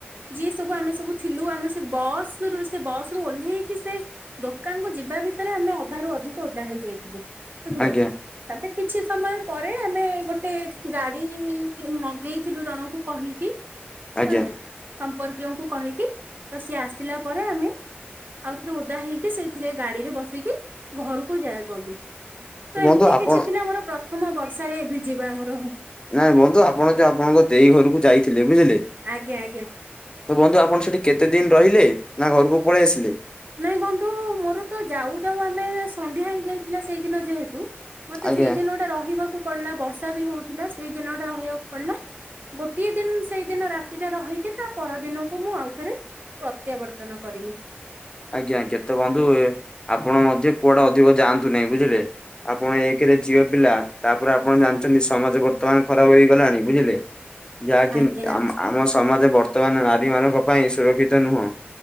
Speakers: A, on the right; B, on the left.
A: ଯିଏ ସବୁ ଆମେ ସବୁ ଥିଲୁ ଆମେ ସେ ବସ ରୁ ସେ ବସ ରୁ ଓହ୍ଲେଇକି ସେ ଦୋକାନ କୁ ଯିବା ଭିତରେ ଆମେ ଅଧାରୁୁ ଅଧିକ ଓଧା ହେଇଯାଇଥିଲୁ ବୁଝିଲେ?
B: ଆଜ୍ଞା
A: ତାପରେ କିଛି ସମୟ ପରେ ଆମେ ଗୋଟେ ଗାଡି ମଗେଇଥିଲୁ ଜଣଙ୍କୁ କହିକି।
B: ଆଜ୍ଞା
A: ହଁ। ସମ୍ପର୍କୀୟଙ୍କୁ କହିକି ତ ସିଏ ଆସିଲା ପରେ ଆମେ ଆଉଥରେ ଓଦା ହେଇକି ସେଇଥିରେ ଗାଡିରେ ବସିକି ଘରକୁ ଯାଇ ଗଲୁ ତ
B: ବନ୍ଧୁ
A: ଏମିତି
B: ଆପଣ
A: କିଛି ଥିଲା ମୋର ପ୍ରଥମ ବର୍ଷାରେ ଭିଜିବା ମୋର
B: ନାଇଁ ବନ୍ଧୁ ଆପଣ ଯୋଉ ଆପଣଙ୍କ ଦେଇ ଘରକୁ ଯାଇଥିଲେ ବୁଝିଲେ?
A: ଆଜ୍ଞା ଆଜ୍ଞା।
B: ତ ବନ୍ଧୁ ଆପଣ ସେଠି କେତେ ଦିନ ରହିଲେ ନା ଘରକୁ ପଳେଇ ଆସିଲେ?
A: ନାଇଁ ବନ୍ଧୁ ମୋର ତ ଯାଉ ଯାଉ ଆମେ ସନ୍ଧ୍ୟା ହେଇ ଯାଇଥିଲା ସେଇଦିନ ଯେହେତୁ ମତେ
B: ଆଜ୍ଞା
A: ସେଇଦିନ ଗୋଟେ ରହିବାକୁ ପଡିଲା ବର୍ଷା ବି ହଉଥିଲା ସେଇ ଦିନଟା ରହିବାକୁ ପଡିଲା। ଗୋଟିଏ ଦିନ ସେଇଦିନ ରାତିଟା ରହିଛିି ତା ପର ଦିନକୁ ମୁଁ ଆଉଥରେ ପ୍ରତ୍ୟାବର୍ତ୍ତନ କରିଲି।
B: ଆଜ୍ଞା ଆଜ୍ଞା ତ ବନ୍ଧୁ ଆପଣ ମଧ୍ୟ କୁଆଡେ ଅଧିକ ଯାଆନ୍ତୁ ନାହିଁ ବୁଝିଲେ? ଆପଣ ଏକରେ ଝିଅ ପିଲା ତାପରେ ଆପଣ ଜାଣିଛନ୍ତି ସମାଜ ବର୍ତ୍ତମାନ ଖରାପ ହେଇଗଲାଣି ବୁଝିଲେ? ଯାହାକି
A: ଆଜ୍ଞା।
B: ଆମ ସମାଜରେ ବର୍ତ ବର୍ତ୍ତମାନ ନାରୀ ମାନଙ୍କ ପାଇଁ ସୁରକ୍ଷିତ ନୁହଁ